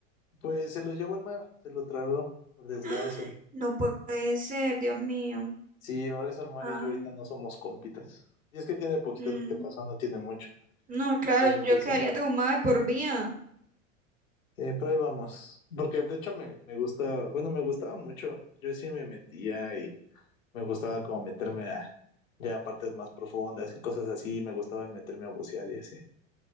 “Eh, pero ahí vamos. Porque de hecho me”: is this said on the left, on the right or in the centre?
Left